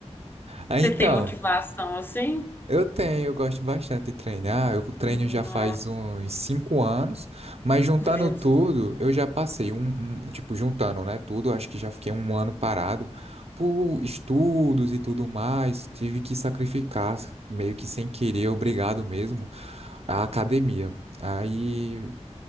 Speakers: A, on the left; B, on the right.
A: <laughs>
B: Aí,
A: Você
B: então.
A: tem motivação assim?
B: Eu tenho, eu gosto bastante de treinar. Eu treino
A: Não,
B: já faz uns cinco anos, mas juntando
A: meu
B: tudo,
A: Deus.
B: eu já passei um, um- tipo, juntando, né, tudo, acho que já fiquei um ano parado por estudos e tudo mais. Tive que sacrificar, meio que sem querer, obrigado mesmo, a academia. Aí